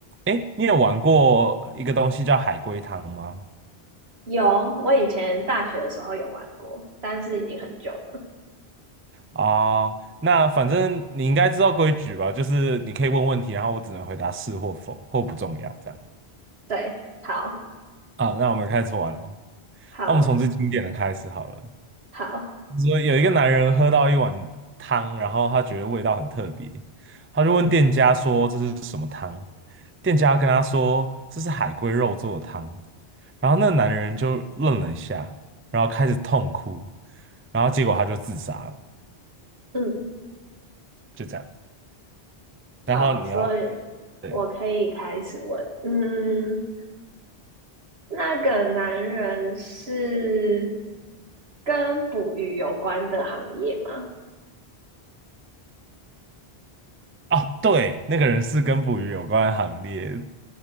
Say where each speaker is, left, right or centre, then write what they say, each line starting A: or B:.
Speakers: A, on the right; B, on the right.
A: 诶，你有玩过一个东西叫海龟汤吗？
B: 有，我以前大学的时候有玩过，但是已经很久了。
A: 啊、那反正你应该知道规矩吧？就是你可以问问题，然后我只能回答是或否，或不重要这样。
B: 对，好，
A: 啊，那我们开始玩喽。
B: 好，
A: 那我们从最经典的开始好了。
B: 好，
A: 说有一个男人喝到一碗汤，然后他觉得味道很特别，他就问店家说这是什么汤，店家跟他说这是海龟肉做的汤，然后那个男人就愣了一下，然后开始痛哭，然后结果他就自杀了，
B: 嗯，
A: 就这样。
B: 好，
A: 然后你要
B: 所以
A: 对
B: 我可以开始问。嗯，那个男人是跟捕鱼有关的行业吗？
A: 哦，对，那个人是跟捕鱼有关的行列，